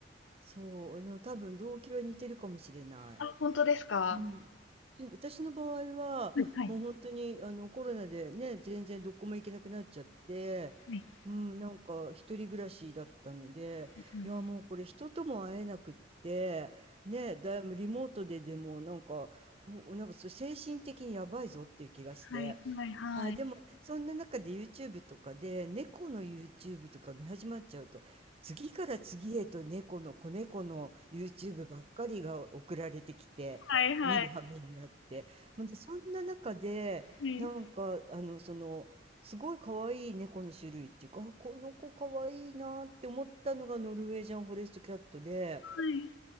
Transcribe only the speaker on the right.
そう、あの多分動機は似てるかもしれない。
うん。し私の場合は、
もう本当にあのコロナでね、全然どこも行けなくなっちゃって、
うん、なんか一人暮らしだったので、
いやもうこれ人とも会えなくって、ね、だいぶリモートででもなんか、こう、なんかちょっと精神的にやばいぞっていう気がして。
あ、でも、そんな中で YouTube とかで、猫の YouTube とか見始まっちゃうと、次から次へと猫の子猫の YouTube ばっかりが送られてきて、
見る羽目になって。ほんで、そんな中で、
なんか、あの、その、すごい可愛い猫の種類っていうか、あ、この子可愛いなって思ったのがノルウェージャンフォレストキャットで、